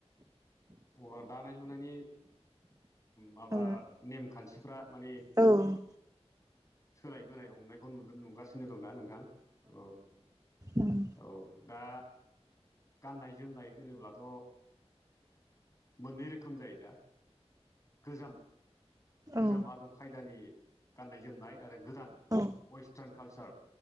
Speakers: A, on the left; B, on the right.
A: अब्ला दानाय लुनायनि माबा
B: ओ
A: नेमखान्थिफ्रा माने
B: औ
A: सोलायबोनाय हमनायखौ नुदों नुगासिनो दंना नोंथां औ
B: उम
A: औ दा गाननाय जोमनाय होनोब्लाथ' मोननै रोखोम जायो दा गोजाम गोजाम
B: औ
A: आदब खायदानि गाननाय जोमनाय आरो गोदान
B: औ
A: वेस्टार्न कालसार